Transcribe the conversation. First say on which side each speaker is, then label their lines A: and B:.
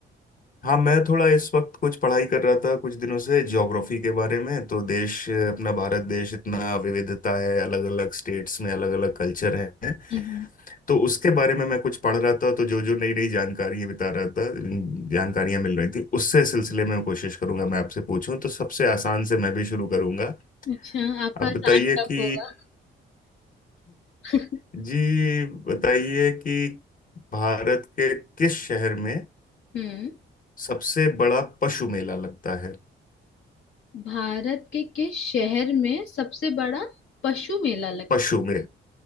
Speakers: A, on the left (about 40°); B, on the left (about 75°).
A: हाँ मैं थोड़ा इस वक्त कुछ पढ़ाई कर रहा था कुछ दिनों से ज्योग्राफी के बारे में तो देश अपना भारत देश इतना विविधता है अलग अलग स्टेट्स में अलग अलग कल्चर हैं
B: हम्म
A: तो उसके बारे में मैं कुछ पढ़ रहा था तो जो जो नई नई जानकारियां बिता रहा था जानकारियां मिल रही थी उससे सिलसिले में कोशिश करूंगा मैं आपसे पूछूं तो सबसे आसान से मैं भी शुरू करूंगा
B: अच्छा आपका
A: आप
B: आसान
A: बताइए
B: टफ
A: कि
B: होगा <laughs>
A: जी बताइए कि भारत के किस शहर में
B: हम्म
A: सबसे बड़ा पशु मेला लगता है
B: भारत के किस शहर में सबसे बड़ा पशु मेला लगता
A: पशु में